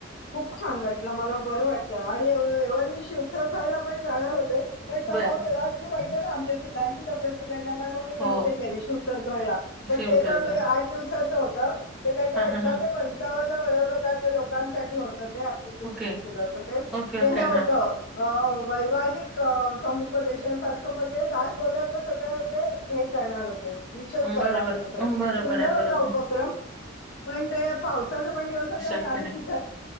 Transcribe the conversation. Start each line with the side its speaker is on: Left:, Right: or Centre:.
Left: खूप छान वाटलं मला बरं वाटलं आणि एव मी शिवथरखळला पण जाणार होते. पण सव
Centre: बर
Left: भााव तेव्हाच मी म्हटते ना आमच्या त गाची तब्य. त्यां मग मी नव्हते
Centre: हो
Left: केले शू तर घळला पण
Centre: शिवदुर्ग
Left: ते पण म आठ दिवसाच होत. ते त्याचे
Centre: हा
Left: अठरा
Centre: हा हा
Left: ते पंचावन्न वयोगटक लोकांसाठी होते. ते प्लिकेशन
Centre: ओके
Left: मी केलं होत ते ते
Centre: ओके ओके
Left: हे होत.
Centre: हा
Left: अ वैवाहिक समुपदेशांसारखं म्हणजे दासबोधातलं सगळ्या. ते हे करणार होते विषद करणार
Centre: बरोबर
Left: होते
Centre: आहे
Left: सगळं
Centre: बरोबर
Left: सुंदर
Centre: आहे बरोबर
Left: होता
Centre: आहे.
Left: उपक्रम. पण ते पावसाचा पण दिवसाच आहे
Centre: शक्य
Left: आम्ही
Centre: नाही
Left: तिथ